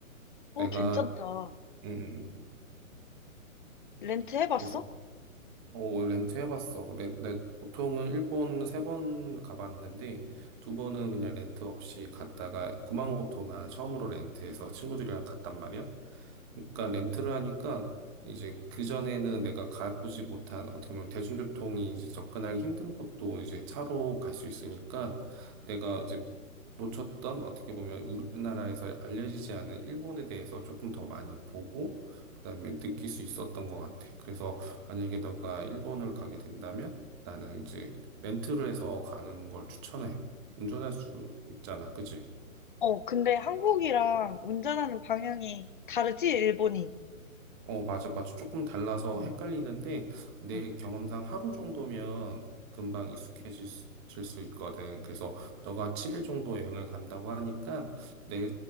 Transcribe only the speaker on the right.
내가
음
그래서 어, 렌트 해봤어. 렌, 렌- 보통은 일본 세 번 가봤는데, 두 번은 그냥 렌트 없이 갔다가 구마모토만 처음으로 렌트해서 친구들이랑 갔단 말이야. 그러니까 렌트를 하니까 이제 그전에는 내가 가보지 못한 어떻게 보면 대중교통이 이제 접근하기 힘든 곳도 이제 차로 갈 수 있으니까 내가 이제 놓쳤던 어떻게 보면 우리나라에서 알려지지 않은 일본에 대해서 조금 더 많이 보고 그다음에 느낄 수 있었던 것 같아. 그래서 만약에 너가 일본을 가게 된다면 나는 이제 렌트를 해서 가는 걸 추천해. 운전할 수 있잖아, 그지?
어, 맞아, 맞아. 조금 달라서
헷갈리는데 내
경험상 하루 정도면 금방 익숙해질 수, 질수 있거든. 그래서 너가 7일 정도 여행을 간다고 하니까 내,